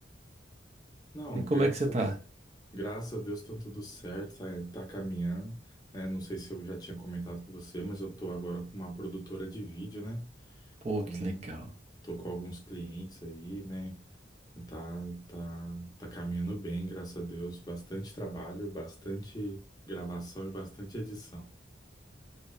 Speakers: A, on the left (about 20°); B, on the right (about 35°).
A: não,
B: E como
A: graças,
B: é que você tá?
A: graças a Deus tá tudo certo, tá, tá caminhando, né? Não sei se eu já tinha comentado com você, mas eu tô agora com uma produtora de vídeo, né?
B: Pô,
A: Então,
B: que legal.
A: tô com alguns clientes aí, né? Tá, tá, tá caminhando bem, graças a Deus. Bastante trabalho, bastante gravação e bastante edição.